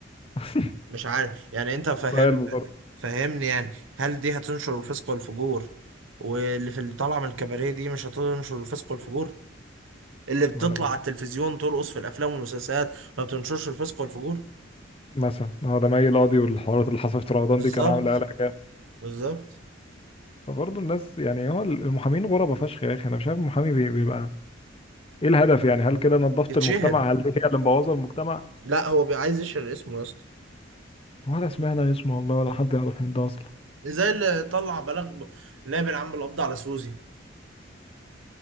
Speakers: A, on the left; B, on the right.
A: <laughs>
B: مش عارف يعني انت فاهم
A: سؤال برضه
B: فاهمني يعني هل دي هتنشر الفسق والفجور واللي في اللي طالعه من الكباريه دي مش هتنشر الفسق والفجور اللي بتطلع
A: ما انا مش
B: على التلفزيون ترقص في الافلام والمسلسلات ما بتنشرش الفسق والفجور
A: مثلا هو ده مي القاضي والحوارات اللي حصلت في رمضان
B: بالظبط
A: دي كان عامل قلق جامد
B: بالظبط
A: فبرضه الناس يعني هو المحامين غربة فشخ يا اخي انا مش عارف المحامي بي- بيبقى ايه الهدف يعني هل كده نظفت
B: يتشهر
A: المجتمع هل دي هي اللي مبوظه المجتمع
B: لا هو بي- عايز يشهر اسمه يا اسطى
A: ولا سمعنا اسمه والله ولا حد يعرف مين ده اصلا
B: زي اللي طلع بلاغ نائب العم القبض على سوزي